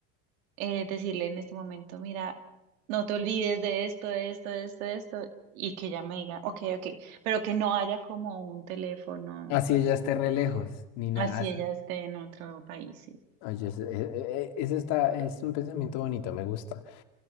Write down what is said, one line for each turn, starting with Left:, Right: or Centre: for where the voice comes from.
Right: eh, decirle en este momento, mira, no te olvides de esto, de esto, de esto, de esto, y que ella me diga, ok, ok, pero que no haya como un teléfono.
Left: Así ella esté re lejos, ni nada
Right: Así
Left: así.
Right: ella esté en otro país, sí.
Left: Oye, eso, e- e- e- eso está, es un pensamiento bonito, me gusta.